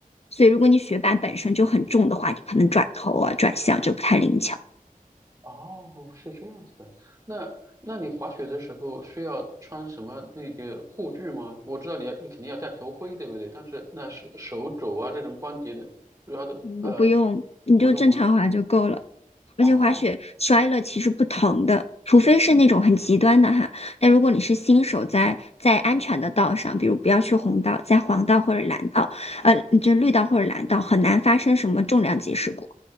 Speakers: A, on the left (about 45°); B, on the right (about 25°).
A: 所以，如果你雪板本身就很重的话，你可能转头啊、转向就不太灵巧。
B: 哦，是这样子的。那那你滑雪的时候需要穿什么那个护具吗？我知道你要你肯定要戴头盔，对不对？但是那是手肘啊这种关节的主要的呃
A: 不不用，你就正常滑就够了。
B: 不用吗？
A: 而且滑雪摔了其实不疼的，
B: 哦
A: 除非是那种很极端的哈。但如果你是新手在，在安全的道上，比如不要去红道，在黄道或者蓝道，呃，就绿道或者蓝道，很难发生什么重量级事故，